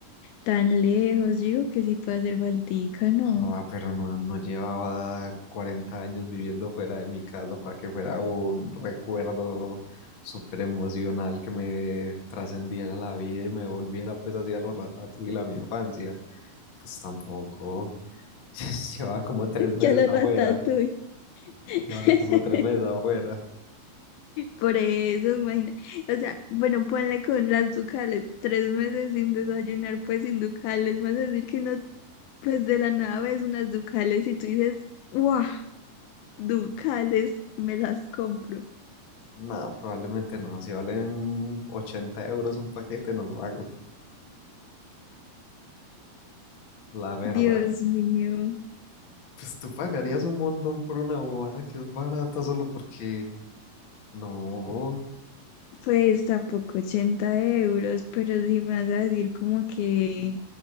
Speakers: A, on the left; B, on the left.
A: tan lejos. Yo digo que sí puede hacer baltica, ¿no?
B: Ah, pero no, no llevaba 40 años viviendo fuera de mi casa para que fuera un recuerdo súper emocional que me trascendiera la vida y me volviera pues hacia los ratatouille a mi infancia. Pues tampoco, <laughs> llevaba como tres
A: <laughs>
B: meses
A: Que a la
B: afuera,
A: ratatouille. <laughs>
B: llevaba como tres meses afuera.
A: Por eso, imagina. O sea, bueno, ponle con las ducales, tres meses sin desayunar, pues sin ducales, más decir que no Pues de la nada ves unas Ducales y tú dices, ¡guau! Ducales, me las compro.
B: No, probablemente no. Si valen 80 euros un paquete, no lo hago. La verdad.
A: Dios mío,
B: Pues tú pagarías un montón por una bobada que es barata solo porque... No.
A: pues tampoco ochenta euros, pero si me vas a decir como que